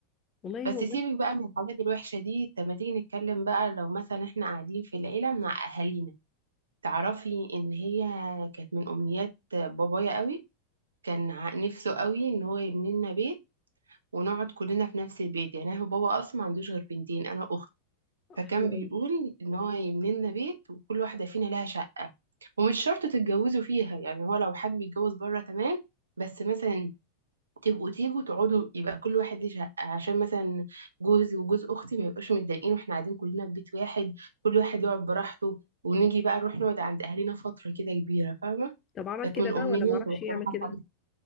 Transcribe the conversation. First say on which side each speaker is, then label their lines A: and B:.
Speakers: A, on the left (about 25°); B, on the right (about 70°).
A: والله
B: بس
A: هو ده
B: سيبك بقى من الحاجات الوحشة دي طب ما تيجي نتكلم بقى لو مثلا احنا قاعدين في العيلة مع أهالينا تعرفي إن هي كانت من أمنيات بابايا قوي كان ع- نفسه قوي إن هو يبني لنا بيت ونقعد كلنا في نفس البيت يعني هو بابا أصلا ما عندوش غير بنتين أنا أخت فكان
A: حلو
B: بيقول
A: قوي
B: إن هو يبني لنا بيت وكل واحدة فينا لها شقة ومش شرط تتجوزوا فيها يعني هو لو حابب يتجوز بره تمام بس مثلا تبقوا تيجوا تقعدوا يبقى كل واحد ليه شقة عشان مثلا جوزي وجوز أختي ما يبقاش متضايقين واحنا قاعدين كلنا في بيت واحد كل واحد يقعد براحته ونيجي بقى نروح نقعد عند أهلنا فترة كده كبيرة فاهمة
A: طب عمل
B: كانت
A: كده
B: من
A: بقى
B: أمنياتي
A: ولا معرفش
B: بس
A: يعمل
B: ما حصلتش
A: كده